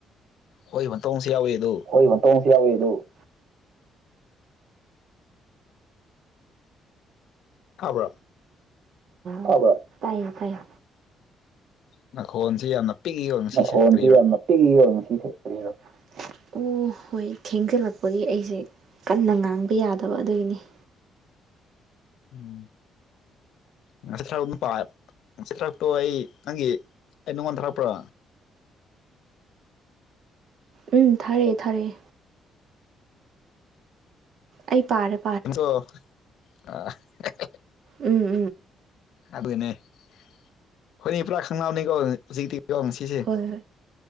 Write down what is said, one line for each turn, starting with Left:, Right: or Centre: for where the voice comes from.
Left: ꯍꯣꯏ ꯃꯟꯇꯣꯡꯁꯨ ꯌꯥꯎꯋꯤ ꯑꯗꯨ
Right: ꯍꯨꯏ ꯃꯇꫭꯡꯁꯨ ꯌꯥꯎꯋꯦ ꯑꯗꯨ
Left: ꯇꯥꯕ꯭ꯔꯥ
Right: ꯇꯥꯕꯔꯥ ꯇꯥꯏꯌꯦ ꯇꯥꯏꯌꯦ
Left: ꯅꯈꯣꯟꯁꯤ ꯌꯥꯝꯅ ꯄꯤꯛꯏꯀꯣ ꯉꯁꯤꯁꯦ
Right: ꯅꯈꯣꯟꯁꯤ
Left: ꯀꯔꯤꯔꯣ
Right: ꯌꯥꯝꯅ ꯄꯤꯛꯏ ꯉꯁꯤ ꯀꯔꯤꯅꯣ ꯑꯣ ꯍꯣꯏ ꯊꯦꯡꯖꯤꯜꯂꯛꯄꯒꯤ ꯑꯩꯁꯦ ꯀꯟꯅꯥ ꯉꯥꯡꯕ ꯌꯥꯗꯕ ꯑꯗꯨꯒꯤꯅꯤꯗꯥ
Left: ꯎꯝꯝ ꯉꯁꯤ ꯊꯔ ꯑꯗꯨꯝ ꯄꯥꯏ ꯉꯁꯤ ꯊꯔꯛꯕꯗꫭ ꯑꯩ ꯅꯪꯒꯤ ꯑꯩ ꯅꯉꫭꯟꯗꯥ ꯊꯥꯔꯛꯄ꯭ꯔꯣ
Right: ꯎꯝꯝ ꯊꯥꯔꯛꯑꯦ ꯊꯥꯔꯛꯑꯦ꯫ ꯑꯩ ꯄꯥꯔ°ꯗ
Left: ꯣ ꯑ <inaudible> <unintelligible>
Right: ꯎꯝꯝ
Left: ꯑꯗꯨꯅꯦ ꯑꯩꯈꯣꯏꯅꯤ ꯄꯨꯔꯥ ꯈꯪꯅꯕꯕꯅꯤꯀꯣ ꯍꯧꯖꯤꯛꯇꯤꯀꯣ ꯀꯁꯦ
Right: ꯍꯣꯏ ꯍꯣꯏ